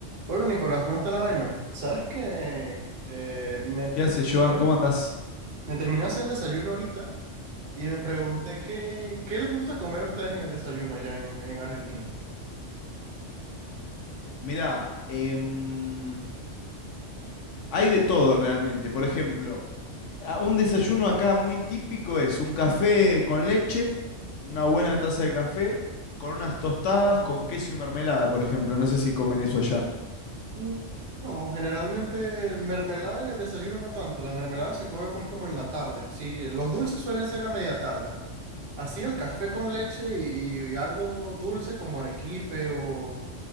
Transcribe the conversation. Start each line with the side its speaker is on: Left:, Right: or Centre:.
Right: Hola Nicolás, ¿cómo está la vaina? Sabes que eh, me,
Left: ¿Qué hace
Right: terminé
Left: Joan? ¿Cómo andás?
Right: me terminé de hacer el desayuno ahorita y me pregunté qué, qué les gusta comer a ustedes en el desayuno allá en, en Argentina.
Left: Mirá, em, hay de todo realmente. Por ejemplo, a- un desayuno acá muy típico es un café con leche, una buena taza de café, con unas tostadas con queso y mermelada, por ejemplo. No sé si comen eso allá.
Right: Mm, No, generalmente mermelada en el desayuno no tanto, la mermelada se come más como en la tarde. Sí, los dulces suelen ser a media tarde. Así el café con leche y, y algo dulce como arequipe o